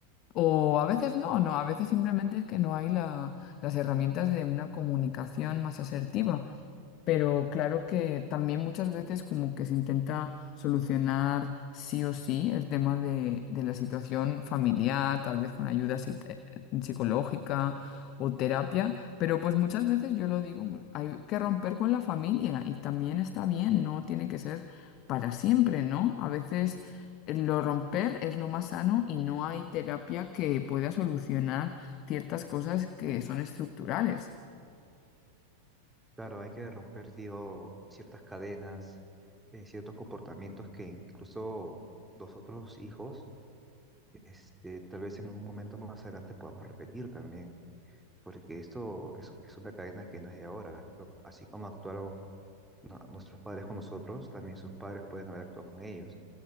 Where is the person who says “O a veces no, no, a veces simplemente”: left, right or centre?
Left